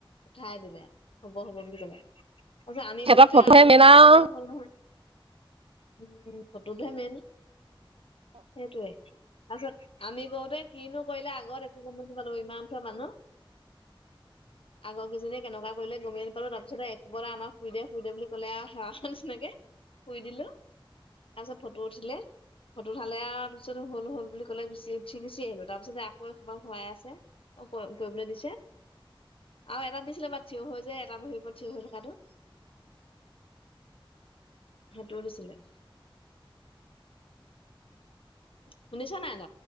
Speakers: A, on the left; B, on the right.
A: উঠাই দিলে হব হব বুলি কলে। তাছত আমি
B: সিহঁতৰ
A: কৰোতে
B: ফটোহে
A: আৰু
B: মেইন
A: এখোপা
B: আৰু।
A: সৰহ হ'ল নহয়। উম ফটোতহে মেইন। সেইটোৱে। তাৰপিছত আমি কওঁতে কিনো কৰিলা আগত একো ইমানখন মানুহ আগৰ কেইজনীয়ে কেনেকুৱা কৰিলে গমেই নাপালো তাৰপিছত একবাৰ আমাক শুই দে শুই দে বুলি কলে আৰু সেৱা নিচিনাকে শুই দিলো তাৰ পিছত ফটো উঠিলে ফটো উঠালে আৰু পিছত হল হল বুলি কলে গুচি উঠি গুচি আহিলো তাৰ পিছত আকৌ হুৱাই আছে কৰিবলৈ দিছে আৰু এটা দিছিলে বাৰ থিৰ হৈ যে এটা ভৰিৰ ওপৰত থিয় হৈ থকাতটো সেইটোও দিছিলে। শুনিছা নাই ন